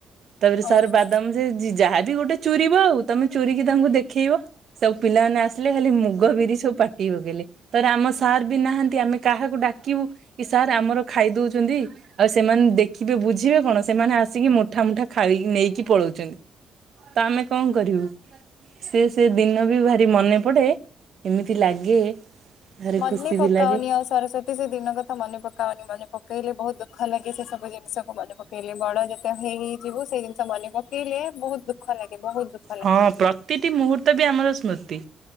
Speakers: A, on the right; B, on the left.
A: ତାପରେ ସାର୍
B: ଓହୋ
A: ବାଦାମ ଯେ ଯ ଯାହାବି ଗୋଟେ ଚୁରିବ ଆଉ ତମେ ଚୁରିକି ତାଙ୍କୁ ଦେଖେଇବ। ସବୁ ପିଲାମାନେ ଆସିଲେ ଖାଲି ମୁଗ ବିରି ସବୁ ପାଟି ପକେଇଲେ। ତାରେ ଆମ ସାର୍ ବି ନାହାନ୍ତି। ଆମେ କାହାକୁ ଡାକିବୁ କି ସାର୍ ଆମର ଖାଇ ଦଉଚନ୍ତି? ଆଉ ସେମାନେ ଦେଖିବେ ବୁଝିବେ କଣ? ସେମାନେ ଆସିକି ମୁଠା ମୁଠା ଖାଇ ନେଇକି ପଳଉଚନ୍ତି। ତ ଆମେ କଣ କରିବୁ? ସେ ସେଇ ଦିନ ବି ଭାରି ମନେ ପଡେ। ଏମିତି ଲାଗେ ଭାରି
B: ମନି
A: ଖୁସି
B: ପକାଉନି
A: ବି ଲାଗେ।
B: ଆ ସରସ୍ଵତୀ ସେ ଦିନ କଥା ମନେ ପକାଅନି। ମନେ ପକେଇଲେ ବହୁତ ଦୁଃଖ ଲାଗେ ସେ ସବୁିନିଷକୁ ମନେ ପକ ପକେଇଲେ। ବଡ ଯେତେ ହେଇ ହେଇଯିବୁ ସେଇ ଜିନିଷ ମନେ ପକେଇଲେ ବହୁତ ଦୁଃଖ ଲାଗେ ବହୁତ ଦଃ
A: ହଁ ପ୍ର ତିଟି ମୁହୂର୍ତ୍ତ ବି ଆମର ସ୍ମୃତି।